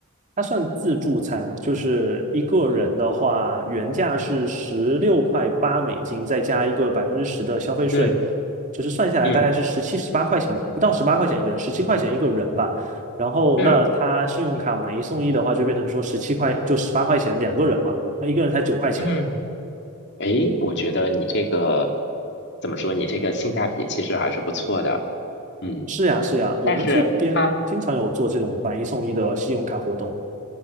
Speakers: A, on the right; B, on the left.
A: 它算自助餐，就是一个人的话，原价是十六块八美金，再加一个百分之十的消费税，
B: 嗯
A: 就是算下来大概是十七、
B: 嗯
A: 十八块钱，不到十八块钱一个人，十七块钱一个人吧。然后那他信用卡买一送一的话，
B: 嗯
A: 就变成说十七块，就十八块钱两个人嘛，那一个人才九块钱。
B: 嗯，诶，我觉得你这个怎么说？你这个性价比其实还是不错的。嗯，
A: 是呀，是呀，我们这边经常有做这种买一送一的信用卡活动。
B: 但是它，